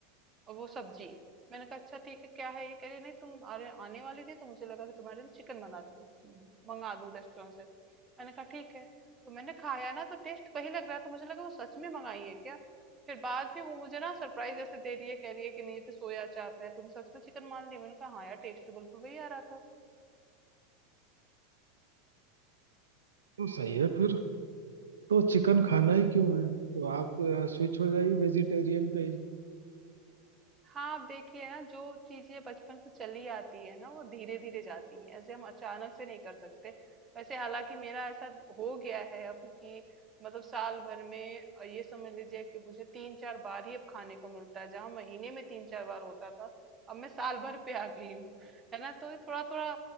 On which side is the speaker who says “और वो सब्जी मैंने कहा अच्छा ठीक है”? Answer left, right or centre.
Right